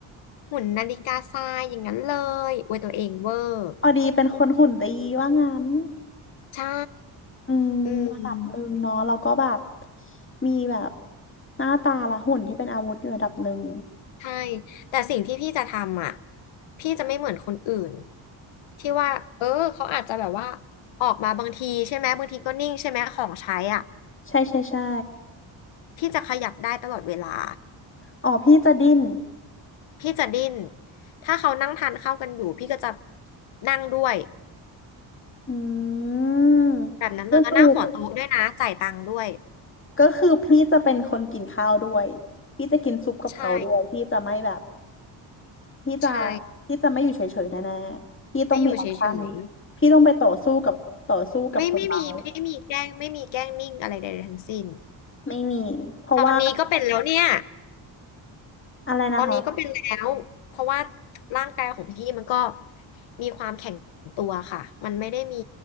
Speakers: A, on the left; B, on the left.
A: หุ่นนาฬิกาทรายอย่างนั้นเลยอวยตัวเองเวอร์
B: พอดีเป็นคนหุ่นดีว่างั้น
A: ใช่
B: อืมระดับหนึ่งเนาะเราก็แบบ
A: อืม
B: มีแบบหน้าตาและหุ่นที่เป็นอาวุธอยู่ระดับหนึ่ง
A: ใช่แต่สิ่งที่พี่จะทำอ่ะพี่จะไม่เหมือนคนอื่นที่ว่าเออเขาอาจจะแบบว่าออกมาบางทีใช่ไหมบางทีก็นิ่งใช่ไหมของใช้อ่ะ
B: ใช่ใช่ใช่
A: พี่จะขยับได้ตลอดเวลา
B: อ๋อพี่จะดิ้น
A: พี่จะดิ้นถ้าเขานั่งทานข้าวกันอยู่พี่ก็จะนั่งด้วย
B: อืม
A: แบบนั้นเลยแล้วนั่งหัวโต๊ะด้วยนะจ่ายตังค์ด้วย
B: ก็คือ ก็คือพี่จะเป็นคนกินข้าวด้วยพี่จะกินซุปกับเขาด้วยพี่จะไม่แบบ
A: ใช่
B: พี่จะ
A: ใช่
B: พี่จะไม่อยู่เฉยๆแน่ๆพี่ต้องมีแอคชั่น
A: ไม่อยู่เฉย
B: พี่ต้องไปต่อสู้กับต่อสู้กับคนร้าย
A: ๆไม่ไม่มีไม่มีแกล้งไม่มีแกล้งนิ่งอะไรใดๆทั้งสิ้น
B: ไม่มีเพราะว่า
A: ตอนนี้ก็เป็นแล้วเนี่ย
B: อะไรนะคะ
A: ตอนนี้ก็เป็นแล้วเพราะว่าร่างกายของพี่มันก็มีความแข็งตัวค่ะ มันไม่ได้มี